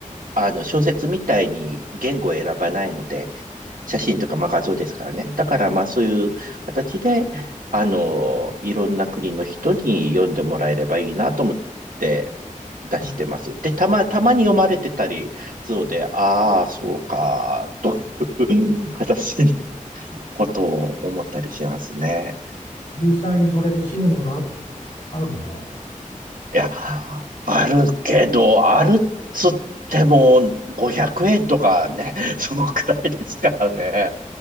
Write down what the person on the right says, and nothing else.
あの、小説みたいに言語を選ばないので、写真とか、まあ、画像ですからね。だから、まあ、そういう形で、あの、いろんな国の人に読んでもらえればいいなと思って出してます。
で、たま、たまに読まれてたり、そうで、ああ、そうか、という形にことを思ったりしますね。
いや、あるけど、あるっつっても500円とかね、そのくらいですからね。